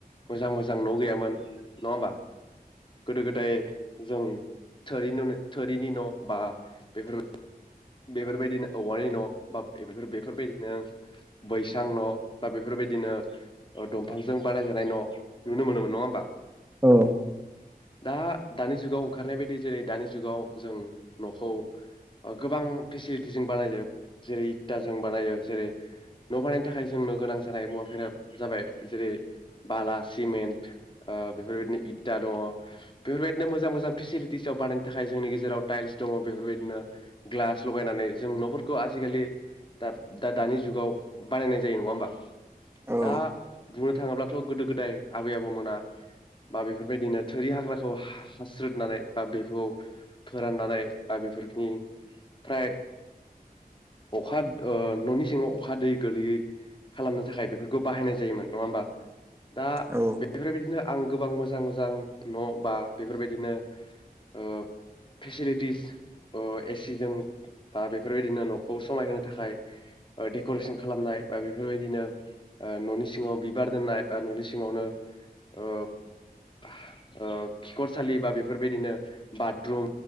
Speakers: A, on the left; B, on the right.
A: मोजां मोजां न गैयामोन। नङा होमबा गोदो गोदाय जों थोरि नुनो थोरिनि न बा बेफोरबा बेफोरबायदिनो औवानि न बाफोर बेफोरबायदिनो बैसां न बा बेफोरबायदिनो दंफांजों बानायजानाय न नुनो मोनोमोन नङा होमबा।
B: अ।
A: दा दानि जुगाव ओंखारनाय बायदि जेरै दानि जुगाव जों नखौ ओफ गोबां फेसिलिटिजों बानायो जेरै इदटाजों बानायो जेरै न बानायनो थाखाय जोंनो गोनां जानाय मुवाफोरा जाबाय जेरै बाला सिमेन्ट ओ बेफोरबायदिनो इता दङ बेफोरबायदिनो मोजां मोजां फेसिलिटिसआव बानायनो थाखाय जोंनि गेजेराव टाइल्स दङ बेफोरबायदिनो ग्लास लगायनानै जों नफोरखौ आजिखालि दा-दानि जुगाव बानायनाय जायो नङा होमबा
B: औ
A: दा बुद थाङोब्लाथ गोदो गोदाय आबै आबौमोना बा बेफोरबायदिनो थोरि हाग्राखौ हा-हास्रोदनानै बा बेखौ फोराननानै बा बेफोरनि फ्राय अखाद ओ ननि सिङाव अखा दै गोलैयै खालामनो थाखाय बेफोरखौ बाहायनाय जायोमोन नङा होमबा? दा
B: औ
A: बेफोरबायदिनो आं गोबां मोजां मोजां मोजां न बा बेफोरबायदिनो ओ फेसिलिटिस ओ एसिजों बा बेफोरबायदिनो नखौ समायहोनो थाखाय ओ डेकरेसन खालामनाय बा बेफोरबायदिनो ओ ननि सिङाव बिबार दोननाय बा ननि सिङावनो ओफ हा ओ खिखरसालि बा बेफोरबायदिनो बाथरुम